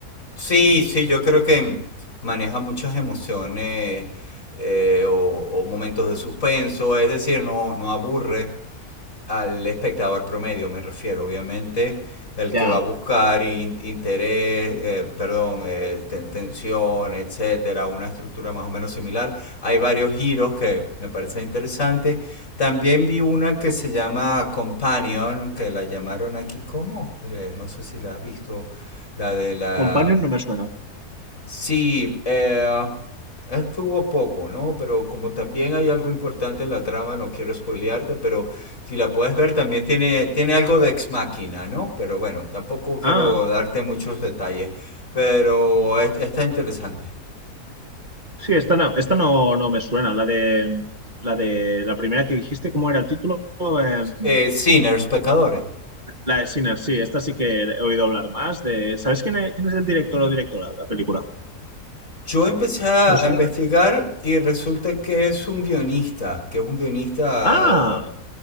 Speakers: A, on the left; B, on the right.
A: sí, sí, yo creo que maneja muchas emociones eh, o, o momentos de suspenso, es decir, no, no aburre. al espectador promedio, me refiero, obviamente, el
B: Ya,
A: que va a buscar in- interés, eh, perdón, eh, tensión, etcétera, una estructura más o menos similar. Hay varios giros que me parecen interesantes. También vi una que se llama Companion, que la llamaron aquí como, Eh, no sé si la has visto, la de la,
B: Companion no me suena.
A: Sí, eh, estuvo poco, ¿no? Pero como también hay algo importante en la trama, no quiero spoilearte, pero si la puedes ver también tiene, tiene algo de ex máquina, ¿no? Pero bueno, tampoco quiero
B: Ah,
A: darte muchos detalles, pero es- está interesante.
B: sí, esta no, esta no, no me suena, la de la de la primera que dijiste, ¿cómo era el título? Em,
A: Eh, Sinners, pecadores.
B: La de Sinner, sí, esta sí que he oído hablar más de... ¿Sabes quién es, quién es el director o directora de la película?
A: Yo empecé a
B: ¿No sabes?
A: a investigar y resulta que es un guionista, que es un guionista
B: Ah,
A: ah,